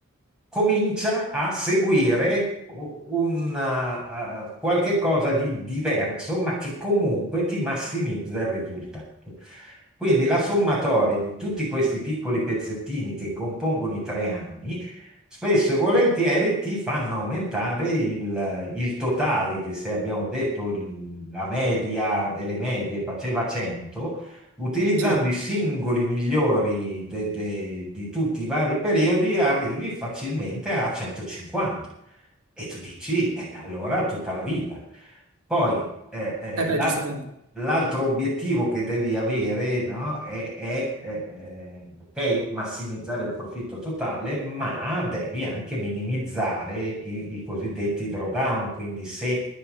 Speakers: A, in the centre; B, on the right.
A: comincia a seguire u- un eh, eh, qualche cosa di diverso, ma che comunque ti massimizza il risultato. Quindi la sommatoria di tutti questi piccoli pezzettini che compongono i tre anni, spesso e volentieri ti fanno aumentare il, il totale, che se abbiamo detto il- la media delle medie faceva 100, utilizzando
B: sì, eh
A: i singoli migliori de- de- di tutti i vari periodi, arrivi facilmente a 150. E tu dici, eh, allora tutta la vita. Poi eh, eh,
B: beh,
A: l'al-
B: giustamente,
A: l'altro obiettivo che devi avere, no, è, è, eh, eh, ok, massimizzare il profitto totale, ma devi anche minimizzare i, i cosiddetti drawdown. Quindi se